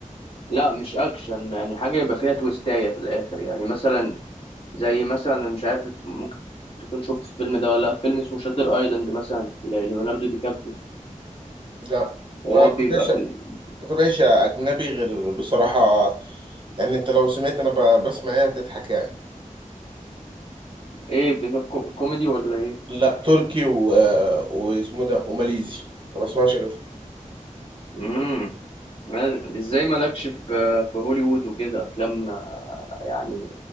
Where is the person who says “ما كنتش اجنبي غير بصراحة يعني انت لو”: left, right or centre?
Right